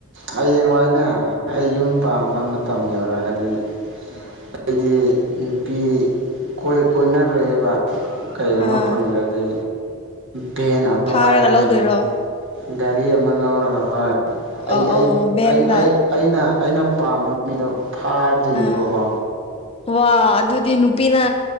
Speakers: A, on the right; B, on the left.
A: ꯍꯌꯦꯡꯋꯥꯏꯅꯦ ꯑꯩ ꯌꯨꯝ ꯄꯥꯝꯕ ꯃꯇꯝ ꯌꯧꯔꯒꯗꯤ ꯑꯩꯗꯤ ꯅꯨꯄꯤ ꯀꯣꯏ ꯀꯣꯏꯅꯔꯣꯏꯕ ꯀꯔꯤꯒꯨꯝꯕ
B: ꯑꯥ
A: ꯐꯪꯗ꯭ꯔꯗꯤ ꯚꯦꯟ ꯑꯃ
B: ꯐꯥꯔꯒ
A: ꯋꯥꯏꯔꯒꯅꯦ
B: ꯂꯧꯗꯣꯏꯔꯣ
A: ꯒꯥꯔꯤ ꯑꯃ ꯂꯧꯔꯒ ꯈꯣꯏ ꯑꯩ
B: ꯑꯧ
A: ꯑꯩ
B: ꯑꯧ ꯚꯦꯟꯗ
A: ꯑꯩ ꯑꯩ ꯑꯩꯅ ꯑꯩꯅ ꯄꯥꯝꯕ ꯃꯤꯗꯣ ꯐꯥꯗ꯭ꯣꯏꯅꯦꯕꯀꯣ
B: ꯑꯥ ꯋꯥ ꯑꯗꯨꯗꯤ ꯅꯨꯄꯤꯅ